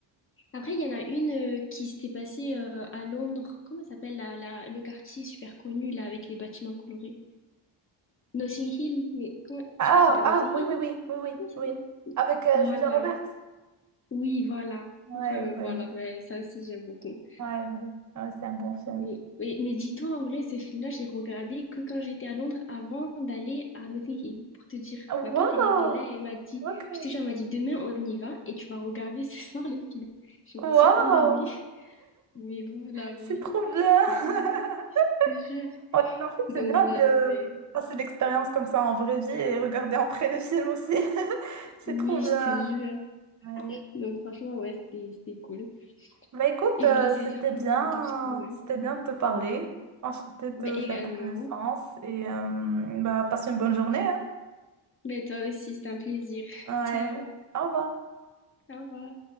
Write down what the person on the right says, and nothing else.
Ah,
ah,
oui,
oui, oui, oui, oui,
oui.
Avec euh,
Julia Roberts.
Ouais,
ouais,
ouais, ouais. Ouais, c'est un bon film.
Wow,
ok.
Wow,
c'est
trop bien.
<laughs>
Ouais, mais en fait,
c'est bien
de
passer l'expérience comme ça en vraie vie et regarder après les films aussi. <laughs> C'est
trop bien.
Ouais.
Bah écoute,
euh,
c'était
bien,
c'était bien de te parler. Enchantée de
faire ta connaissance et euh, bah passe une bonne journée, hein.
Ouais,
au revoir.